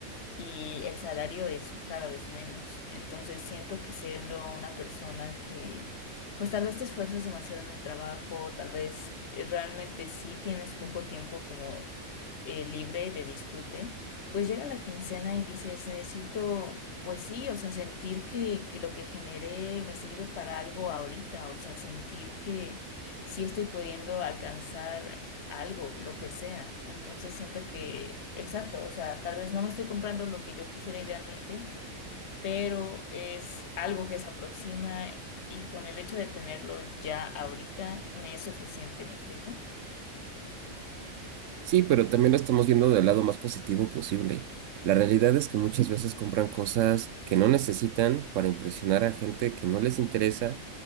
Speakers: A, on the left; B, on the right.
A: y el salario es cada vez menos. Entonces siento que siendo una persona que, pues tal vez te esfuerzas demasiado en el trabajo, tal vez eh, realmente sí tienes poco tiempo como eh, libre de disfrute, pues llega la quincena y dices, necesito... Pues sí, o sea, sentir que, que lo que generé me sirve para algo ahorita, o sea, sentir que sí estoy pudiendo alcanzar algo, lo que sea. Entonces siento que, exacto, o sea, tal vez no me estoy comprando lo que yo quisiera idealmente, pero es algo que se aproxima y con el hecho de tenerlo ya ahorita me es suficiente, ¿me explico?
B: Sí, pero también lo estamos viendo del lado más positivo posible. La realidad es que muchas veces compran cosas que no necesitan para impresionar a gente que no les interesa